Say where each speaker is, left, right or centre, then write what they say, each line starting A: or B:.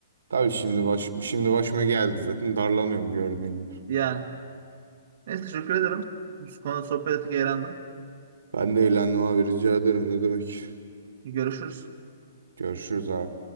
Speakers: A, on the right; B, on the right.
A: Tabii şimdi baş, şimdi başıma geldi zaten darlanıyorum gördüğün gibi.
B: Yani neyse teşekkür ederim. Bu konuda sohbet ettik eğlendim.
A: Ben de eğlendim abi rica ederim ne demek.
B: Görüşürüz.
A: Görüşürüz abi.